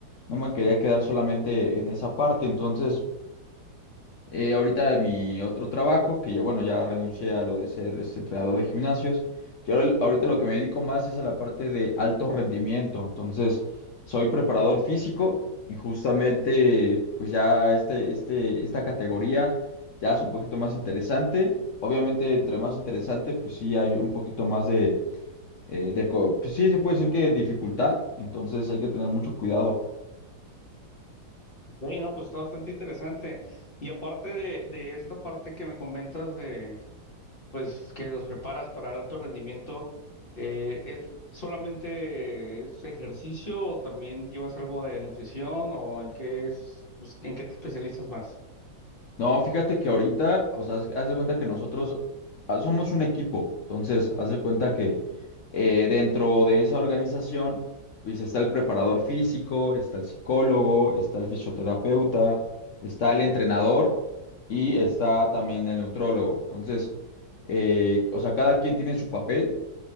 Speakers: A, on the left; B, on the left.
A: No me quería quedar solamente en esa parte. Entonces, eh, ahorita de mi otro trabajo, que ya, bueno, ya renuncié a lo de ser este, entrenador de gimnasios, y ahora, ahorita lo que me dedico más es a la parte de alto rendimiento. Entonces, soy preparador físico y justamente, pues ya este, este, esta categoría ya es un poquito más interesante. Obviamente, entre más interesante, pues sí hay un poquito más de, eh, de co- pues sí, se puede decir que dificultad, entonces hay que tener mucho cuidado.
B: Ok, no, pues está bastante interesante. Y aparte de, de esta parte que me comentas de, pues que los preparas para el alto rendimiento, eh, ¿es solamente es ejercicio o también llevas algo de nutrición o en qué es, pues, en qué te especializas más?
A: No, fíjate que ahorita, o sea, haz haz de cuenta que nosotros ah, somos un equipo, entonces haz de cuenta que eh, dentro de esa organización, pues está el preparador físico, está el psicólogo, está el fisioterapeuta, está el entrenador y está también el neutrólogo. Entonces, eh, o sea, cada quien tiene su papel